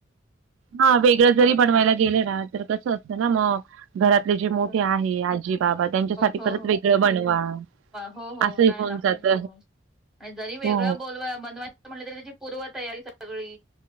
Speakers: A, on the right; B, in the centre.
A: हा
B: हो
A: वेगळं जरी बनवायला गेले ना तर कसं असतं ना मग घरातले जे मोठे
B: हो
A: आहे आजी बाबा त्यांच्यासाठी
B: हो
A: परत वेगळं बनवा.
B: हो हो
A: असंही
B: नाही
A: होऊन
B: लागत
A: जात
B: स आणि जरी वेगळं
A: हो
B: बोलवा बनवाय म्हटलं तर त्याची पूर्व तयारी सगळी